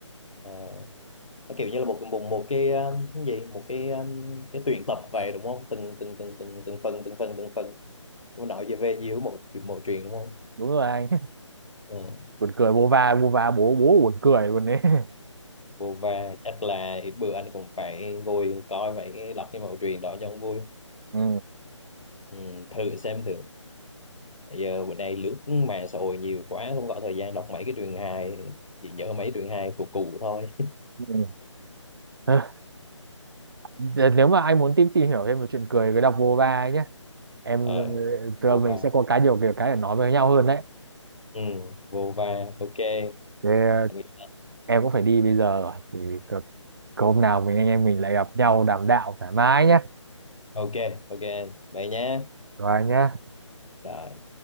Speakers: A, on the left (about 85°); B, on the right (about 45°).
A: Ờ, nó kiểu như là một một một cái ờ, cái gì một cái ờ, cái tuyển tập về đúng không? Từng từng từng từng từng phần từng phần từng phần. Nó nói về về nhiều một một truyện đúng không?
B: đúng rồi anh.
A: Ờ,
B: buồn cười Bova Bova bố bố buồn cười luôn đấy <laughs>
A: Vô chắc là ít bữa anh cũng phải ngồi coi mấy cái đọc cái mẫu truyện đó cho ông vui.
B: ừ.
A: Ừ, thử xem thử Bây giờ bữa nay lướt mạng xã hội nhiều quá không có thời gian đọc mấy cái truyền hài chỉ nhớ mấy truyền hài của cụ thôi
B: Ừ. Ừ. nếu mà anh muốn tìm tìm hiểu thêm về chuyện cười cứ đọc Bova ấy nhé
A: <laughs>
B: em
A: à,
B: tụi
A: vô
B: mình
A: va
B: sẽ có cái nhiều kiểu cái để nói với nhau hơn đấy
A: ừ, vô va ok
B: Thế, ờ,
A: Anh nghĩ-
B: em cũng phải đi bây giờ rồi thì cực- hôm nào mình anh em mình lại gặp nhau đàm đạo thoải mái nhé
A: ok ok vậy nhé
B: rồi nhé
A: rồi